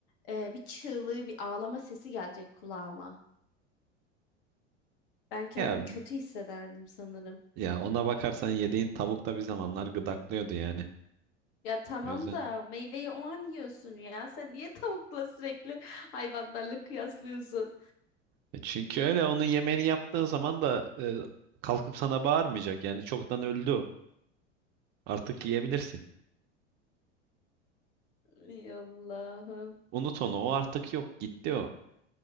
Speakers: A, on the left; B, on the right.
A: e, bir çığlığı, bir ağlama sesi gelecek kulağıma. Ben kendimi
B: Ya
A: kötü hissederdim sanırım.
B: ya ona bakarsan yediğin tavuk da bir zamanlar gıdaklıyordu yani.
A: Ya tamam
B: O yüzden.
A: da meyveyi o an yiyorsun ya. Sen niye tavukla sürekli hayvanlarla kıyaslıyorsun?
B: E Çünkü öyle onun yemeğini yaptığın zaman da e, kalkıp sana bağırmayacak. Yani çoktan öldü o. Artık yiyebilirsin.
A: Ay Allah'ım.
B: Unut onu. O artık yok. Gitti o.